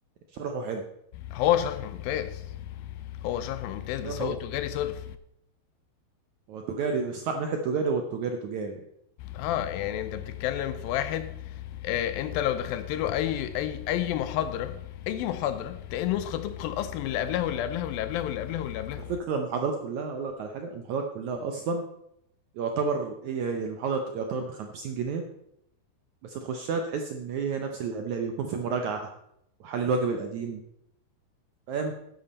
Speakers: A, on the right (about 75°); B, on the left (about 80°).
A: شرحه حلو
B: هو شرح ممتاز هو شرح ممتاز بس
A: شرحه
B: هو تجاري صرف
A: هو تجاري بس من ناحية تجاري هو التجاري تجاري يعني
B: اه يعني انت بتتكلم في واحد آه انت لو دخلت له اي اي اي محاضره اي محاضره تلاقي النسخه طبق الاصل من اللي قبلها واللي قبلها واللي قبلها واللي قبلها واللي قبلها
A: على فكرة المحاضرات كلها اقول لك على حاجة المحاضرات كلها اصلا يعتبر هي هي المحاضرة يعتبر ب 50 جنيه بس تخشها تحس ان هي هي نفس اللي قبلها بيكون في مراجعة وحل الواجب القديم فاهم